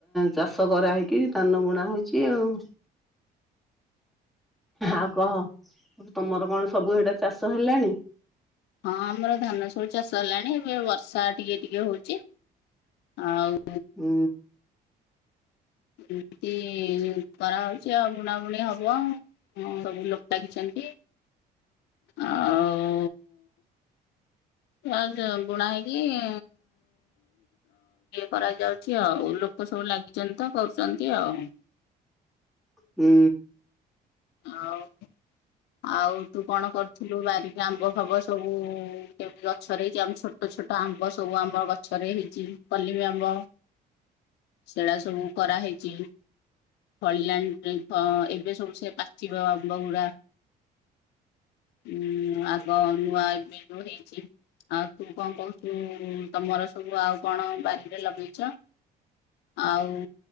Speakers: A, in the centre; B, on the left.
A: ଚାଷ କରାହେଇକି ଧାନ ବୁଣା ହଉଚି ଆଉ। ଆଉ କହ ତମର କଣ ସବୁ ଏଟା ଚାଷ ହେଲାଣି?
B: ହଁ ଆମର ଧାନ ସବୁ ଚାଷ ହେଲାଣି ଏବେ ବର୍ଷା ଟିକେ ଟିକେ ହଉଚି ଆଉ
A: ହୁଁ।
B: ଏମତି କରାହେଉଚି ଆଉ ବୁଣାବୁଣି ହବ। ହଁ ସବୁ ଲୋକ ଲାଗିଚନ୍ତି ଆଉ ହ ଆ ବୁଣା ହେଇକି ଇଏ କରାଯାଉଛି ଆଉ ଲୋ କ ସବୁ ଲାଗିଚନ୍ତି ତ କରୁଚନ୍ତି ଆଉ।
A: ହୁଁ।
B: ଆଉ ଆଉ ତୁ କଣ କରୁ ଥିଲୁ ବାରିକରେ ଆମ୍ବ ଫବ ସବୁ କେମିତି ଗଛରେହିଛି ଆମ ଛୋଟ ଛୋଟ ଆମ୍ବ ସବୁ ଆମବ ଗଛ ଗଛରେ ହେଇଚି କଲିମ ଆମ୍ବ ସେଡା ସବୁ କରାହେଇଚି। ଫଳିଲାଣି ଏବେ ସବୁ ସେ ପାଚିବ ଆମ୍ବ ଗୁଡା। ହୁଁ ଆଗ ନୂଆ ଏବେ ହେଇଚି ଆଉ ତୁ କଣ କହୁଚୁ ତମର ସବୁ ଆଉ କଣ ବାରିରେ ଲଗେଇଚ? ଆଉ